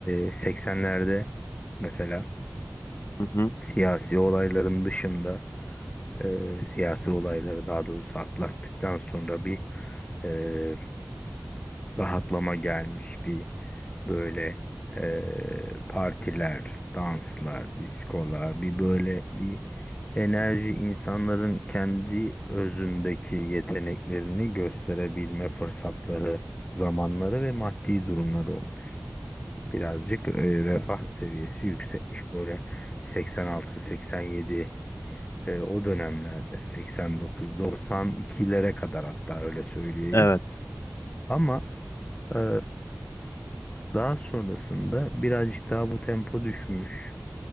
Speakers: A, on the left (about 20°); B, on the left (about 60°).
A: ee, 80'lerde mesela
B: Hı hı.
A: Siyasi olayların dışında e, siyasi olayları daha doğrusu atlattıktan sonra bir e, rahatlama gelmiş bir böyle e, partiler, danslar, diskolar bir böyle bir enerji insanların kendi özündeki yeteneklerini gösterebilme fırsatları, zamanları ve maddi durumları olmuş. Birazcık e, refah seviyesi yüksekmiş böyle 86-87 e, o dönemlerde 89-92'lere kadar hatta öyle söyleyeyim.
B: Evet.
A: Ama e, daha sonrasında birazcık daha bu tempo düşmüş.